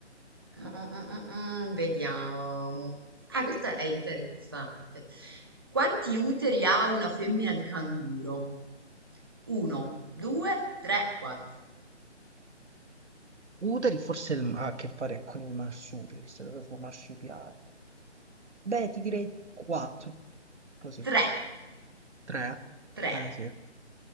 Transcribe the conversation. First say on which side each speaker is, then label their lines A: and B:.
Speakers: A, on the right; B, on the right.
A: Mm, mm, mm, mm, Vediamo. Ah, questo è interessante. Quanti uteri ha una femmina di canguro? Uno, due, tre, quattro.
B: Uteri forse il- ha a che fare con il marsupio, visto che lo sono marsupiale. Beh, ti direi 4. Così.
A: Tre,
B: 3.
A: tre.
B: Eh sì.